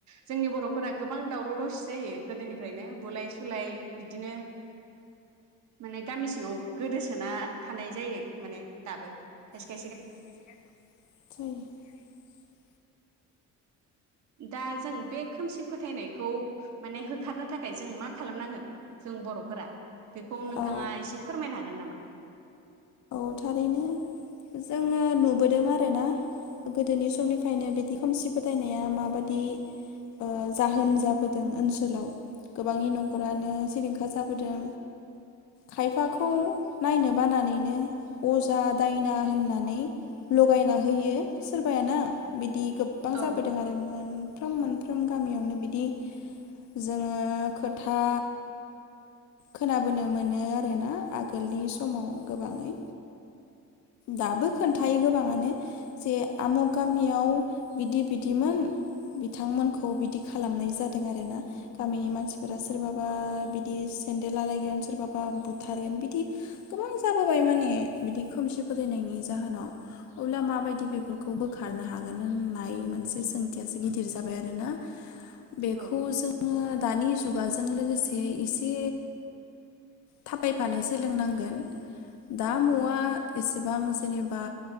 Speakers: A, on the right (about 60°); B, on the left (about 60°).
A: जोंनि बर'फोरा गोबां दावराव दावसि जायो गोदोनिफ्रायनो। बुलाय सुलाय बिदिनो माने गामि सिङाव गोदोसोना थानाय जायो माने दाबो खायसे
B: <unintelligible>
A: खाय दा जों बे खोमसि फोथायनायखौ माने होखारनो थाखाय जों मा खालामनांगोन जों बर'फोरा बेखौ नोंथाङा
B: औ
A: एसे फोरमायनो हागोन नामा?
B: औ थारैनो जोङो नुबोदों आरोना गोदोनि समनिफायनो बिदि खोमसि फोथायनाया माबादि ओ जाहोन जाबोदों ओनसोलाव गोबांनि न'खरानो सिलिंखार जाबोदों खायफाखौ नायनो बानानैनो अजा दायना होननानै लगायना होयो। सोरबायायाना
A: औ
B: बिदि गोबां जाबोदों
A: औ
B: आरो मोन फ्रोम मोनफ्रोम गामियावनो बिदि जोङो खोथा खोनाबोनो मोनो आरोना आगोलनि समाव गोबाङै दाबो खोन्थायो गोबाङानो जे आमुग गामियाव बिदि बिदिमोन बिथांमोनखौ बिदि खालामनाय जादों आरो ना गामिनि मानसिफोरा सोरबाबा बिदि सेन्देल आलायगोन सोरबाबा बुथारगोन बिदि गोबां जाबोबाय माने बिदि खोमसि फोथायनायनि जाहोनाव अब्ला माबायदि बेफोरखौ बोखारनो हागोन होननाय मोनसे सोंथियासो गिदिर जाबाय आरोना बेखौ
A: औ
B: जोङो दानि जुगाजों लोगोसे एसे थाबायफानो सोलोंनांगोन। दा मआ एसेबां जेनेबा